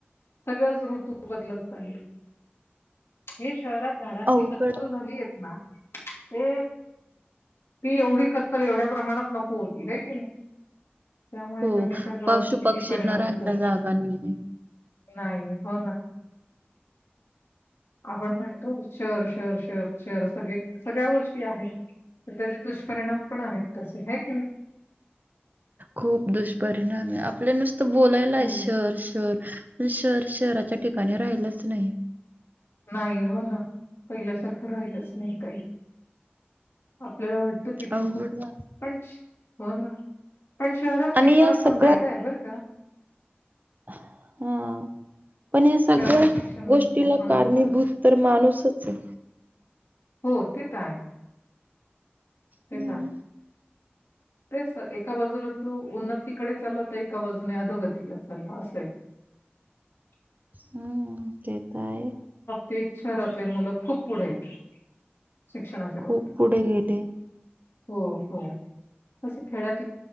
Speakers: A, on the left; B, on the right.
A: सगळंच ऋतू बदलत चालले. हे शहरात झाडांची
B: अवघड
A: कत्तल झाली आहेत, ना ते ती एवढी कत्तल एवढ्या प्रमाणात नको होती ह कि नाही. त्यामुळे
B: हो
A: त्या निसर्गावरती
B: पशु
A: किती
B: पक्षींना
A: परिणाम
B: राहायला
A: होता.
B: जागा नाहीये.
A: नाही, हो ना. आपण म्हणतो शर शर शर शर सगळे सगळ्या गोष्टी आहेत. पण त्याचे दुष्परिणाम पण आहेत तसे आहे की नाही.
B: खूप दुष्परिणाम आहे, आपल्या नुसत बोलायला आहे
A: हो.
B: Sir sir. शहर शहराच्या ठिकाणी राहिलंच नाही.
A: नाही हो ना पहिल्यासारखं राहिलच नाही काही. आपल्याला वाटतं तिथे
B: अवघड
A: खूप
B: झा
A: पण होणार. पण शहरात
B: आणि
A: शिक्षणाचा
B: या सगळ्यात
A: फायदा आहे बरं का.
B: हा पण या सगळ्या
A: शहरात शिक्षण हां,
B: गोष्टीला का कारनी
A: बोला.
B: भूत तर माणूसच आहे.
A: हो, ते तर आहे, ते
B: हम्म.
A: तर आहे. तेच तर एका बाजूला तू उन्नतीकडे चालला तर एका बाजूने अधोगतीला चालला असंय. <inaudible>
B: हम्म तेताय.
A: तेच शहरातले मुलं खूप पुढे आहेत. शिक्षणाच्या
B: खूप
A: बाबतीत.
B: पुढे गेले.
A: हो हो अस खेड्यात.